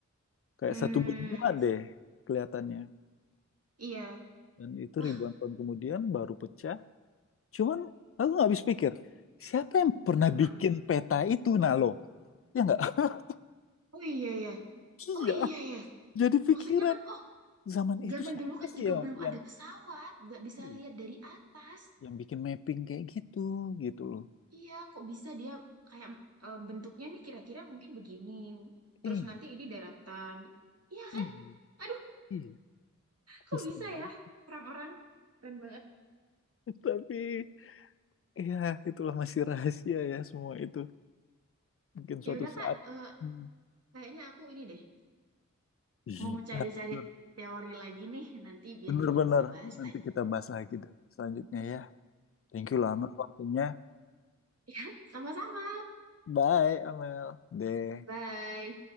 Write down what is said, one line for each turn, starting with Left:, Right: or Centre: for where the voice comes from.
Left: kayak
Right: Hmm,
Left: satu benua deh kelihatannya.
Right: iya.
Left: Dan itu
Right: Wah,
Left: ribuan tahun kemudian baru pecah. Cuman aku nggak habis pikir, siapa yang pernah
Right: kenapa?
Left: bikin peta itu, Nalo? Ya nggak? <laughs>
Right: Oh iya ya.
Left: Iya,
Right: Oh iya ya.
Left: jadi pikiran
Right: Maksudnya kan, oh
Left: zaman itu
Right: zaman
Left: siapa
Right: dulu kan
Left: sih
Right: juga
Left: yang
Right: belum
Left: yang
Right: ada pesawat. Nggak bisa
Left: ih,
Right: lihat dari atas.
Left: yang bikin mapping kayak gitu gitu loh.
Right: Iya, kok bisa dia kayak eh, bentuknya nih kira-kira mungkin begini. Terus
Left: Ih,
Right: nanti ini daratan. Iya
Left: ih,
Right: kan? Aduh,
Left: ih.
Right: kok
Left: Kesel
Right: bisa
Left: banget.
Right: ya? Orang-orang keren banget.
Left: <laughs> Tapi ya itulah masih rahasia ya semua itu. Mungkin suatu
Right: Ya udah
Left: saat.
Right: Kak, eh,
Left: Hmm.
Right: kayaknya aku ini deh
Left: Iya,
Right: mau cari-cari
Left: bener.
Right: teori lagi nih nanti biar
Left: Bener-bener.
Right: kita bisa bahas
Left: Nanti
Right: lagi.
Left: kita bahas lagi deh selanjutnya ya. Thank you lama waktunya.
Right: <laughs> Ya, sama-sama.
Left: Bye, Amel. Deh.
Right: Bye.